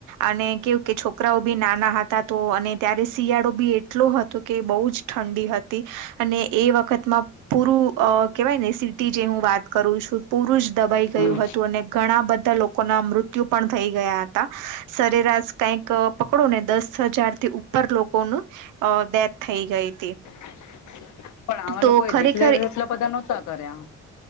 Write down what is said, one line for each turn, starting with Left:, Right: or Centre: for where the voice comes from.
Right: અને કેવું કે છોકરાઓ બી નાના હતા તો અને ત્યારે શિયાળો બી એટલો હતો કે બહુ જ ઠંડી હતી અને એ વખતમાં પૂરું અ કેવાય ને સિટી જે હું વાત કરું છું. પુરુષ દબાઈ ગયું
Left: હમ
Right: હતું અને ઘણા બધા લોકો ના મૃત્યુ પણ થઈ ગયા હતા સરેરાશ કઈક પકડો ને દસ હજાર થી ઉપર લોકોનું ડેથ થઈ ગઈ હતી.
Left: પણ આમાં
Right: તો
Left: લોકો એ
Right: ખરેખર
Left: દેખ લ એતલ બધા નહોતા કર્યા